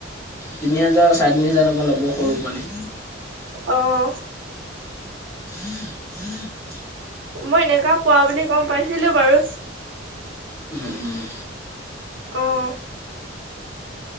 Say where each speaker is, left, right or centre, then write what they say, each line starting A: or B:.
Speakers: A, on the left; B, on the right.
A: তিনি হাজাৰ, চাৰে তিনি হাজাৰ এনেকুৱা ল'ব সৰু পোৱালি।
B: অ',
A: হম, উম,
B: মই এনেকা কোৱা বুলি গম পাইছিলো বাৰু।
A: উম, উম।
B: অ',